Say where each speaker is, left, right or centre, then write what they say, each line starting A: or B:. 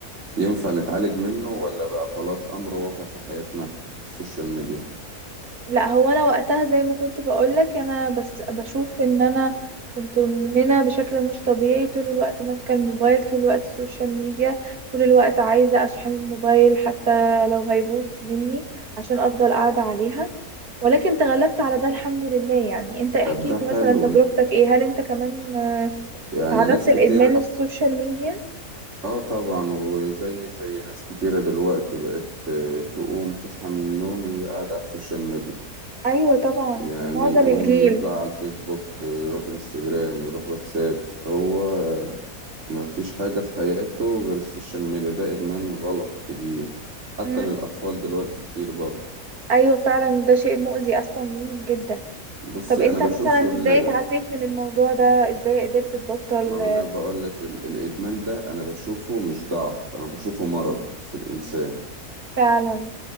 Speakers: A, on the right (about 50°); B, on the right (about 80°).
A: ينفع نتعالج منه ولا بقى خلاص أمر واقع في حياتنا السوشيال ميديا؟
B: لا هو انا وقتها زي ما كنت بقولك انا بس بشوف ان انا كنت مدمنه بشكل مش طبيعي طول الوقت ماسكه الموبايل طول الوقت سوشيال ميديا طول الوقت عايزه اشحن الموبايل حتى لو هيبوظ مني عشان افضل قاعده عليها ولكن تغلبت على ده الحمد لله يعني انت احكي
A: طب ده حلو
B: لي مثلا تجربتك ايه هل انت كمان آه،
A: يعني
B: تعرضت
A: ناس كتير
B: لادمان السوشيال ميديا
A: اه طبعا وزي زي ناس كتيرة دلوقتي بقت آه، تقوم تصحى من النوم هي قاعدة على السوشيال ميديا
B: ايوه طبعا
A: يعني
B: معظم
A: يقوم
B: الجيل
A: يطلع على الفيسبوك آه، يروح انستجرام يروح واتساب فهو آه، مفيش حاجة في حياته غير السوشيال ميديا ده إدمان غلط كبير حتى
B: مم.
A: للأطفال دلوقتي كتير برضه
B: ايوه فعلا وده شيء مؤذي اصلا ليهم جدا
A: بصي
B: طب انت
A: أنا بشوف
B: مثلا
A: ال...
B: ازاي اتعافيت من الموضوع ده ازاي قدرت تبطل
A: ما أنا بقولك ال... الإدمان ده أنا بشوفه مش ضعف أنا بشوفه مرض في الإنسان
B: فعلا